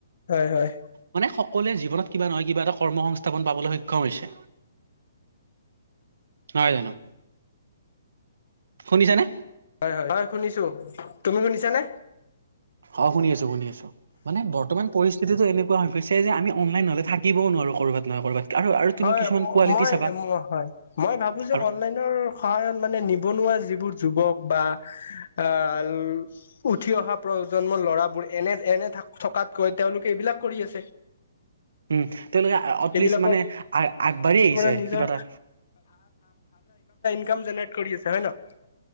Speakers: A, on the left; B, on the right.
A: হয় হয়।
B: মানে সকলোৱে জীৱনত কিবা নহয় কিবা এটা কৰ্ম সংস্থাপন পাবলৈ সক্ষম হৈছে। নয় জানো শুনিছানে।
A: হয় হয় হয় শুনিছো তুমি শুনিছ নে।
B: অঁ শুনি আছো শুনি আছো মানে বৰ্তমান পৰিস্থিতিতটো এনেকুৱা হৈ গৈছে যে আমি অনলাইন হলে থাক। নোৱাৰো কৰ'বাত নহয় কৰবাত।
A: হয়
B: কিছুমান কোৱালিটি
A: মই
B: চাবা
A: হয় মই ভাবো যে
B: আৰু
A: অনলাইনৰ সহায়ত মানে নিবনুৱা। যিবোৰ যুৱক। বা আহ উঠি অহা প্ৰজন্ম ল'ৰাবোৰ এনে এনে থকা। তাত গৈ তেওঁলোকে এইবিলাক কৰি আছে।
B: উম। তেওঁলোকে এটলিষ্ট
A: এইবিলাকৰ
B: মানে আগবাঢ়ি আহিছে
A: পৰা নিজৰ
B: কিবা এটা।
A: জেনেৰে কৰি আছে হয় ন।